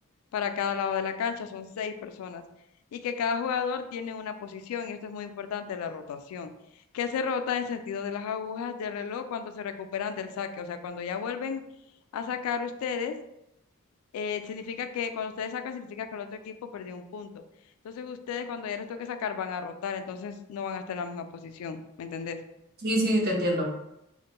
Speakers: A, on the left; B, on the right.
A: para cada lado de la cancha, son seis personas, y que cada jugador tiene una posición, y esto es muy importante, la rotación, que se rota en sentido de las agujas del reloj cuando se recuperan del saque, o sea, cuando ya vuelven a sacar ustedes, eh, significa que cuando ustedes sacan, significa que el otro equipo perdió un punto. Entonces ustedes cuando ya les toque sacar van a rotar, entonces no van a estar en la misma posición, ¿me entendés?
B: sí, sí, te entiendo.